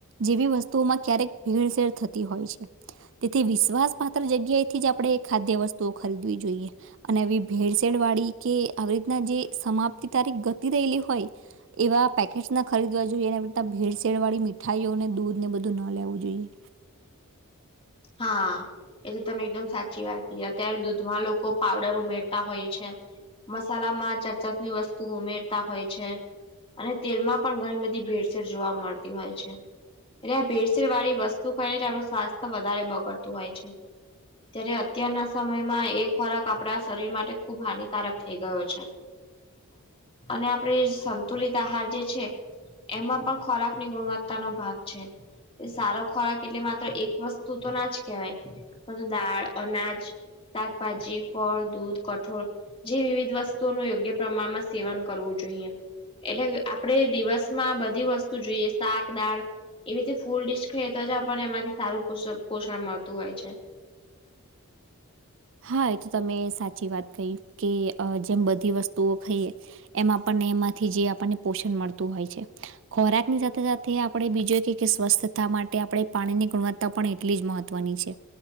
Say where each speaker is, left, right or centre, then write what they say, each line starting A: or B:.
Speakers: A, on the right; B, on the left.
A: જેવી વસ્તુઓમાં ક્યારેક ભેળસેેળ થતી હોય છે. તેથી વિશ્વાસ પાત્ર જગ્યાએથી જ આપણે ખાદ્ય વસ્તુઓ ખરીદવી જોઈએ. અને આવી ભેળસેળ વાળી કે આવી રીતના જે સમાપ્તિ તારી ગતિ રહેયલી હોય. પેકેટ્સ ના ખરીદવા ને ભેળસેળ વાળી મીઠાઈઓને દૂધ ને બધું ન લેવું જોઈએ.
B: હા. એ તો તમે એકદમ સાચી વાત ક અત્યારે દૂધમાં લોકો પાવડર ઉમેરતા હોય છે. મસાલામાં ચચાની વસ્તુ ઉમેરતા હોય છે. અને તેલમાં પણ ઘણી બધી ભેળસેેળ જોવા મળતી હોય છે. એ આ ભેડસેર વાળી વસ્તુ ખાઈને આપણું સ્વાસ્થ્ય વધારે બગડતું હોય છે. ત્યારે અત્યારના સમયમાં એ ખોરાક આપણા શરીર માટે ખુબ હાનિકારક થઈ ગયો છે. અને આપડે સંતુલિત આહાર જે છે. એમાં પણ ખોરાક ની ગુણવત્તા નો ભાગ છે સારો ખોરાક એટલે માત્ર એક વસ્ તું તો ના જ કહેવાય તો દાળ અનાજ શાકભાજી ફળ દૂધ કઠોળ જે વિવિધ વસ્તુઓ ન યોગ્ય પ્રમાણમાં સેવન કરવું જોઈએ. એટલે આપડે દિવસમાં બધી વસ્તુ જોઈએ. શાક દાળ એવી રીતે ફૂલ ડીશ ખાઈએ તો જ આપણને એમાંથી સારું પોષ પોષણ મળતું હોય છે.
A: હા એ તો તમે સાચી વાત કહી કે જેમ અહ બધી વસ્તુઓ ખાઈએ. એમાં પણ આપણને એમાંથી જે આપણને પોષણ મળતું હોય છે. ખોરાકની સાથે સાથે આપણે બીજું એક કે સ્વસ્થતા માટે આપડે પાણીની ગુણવત્ત તા એટલી જ મહત્વની છે.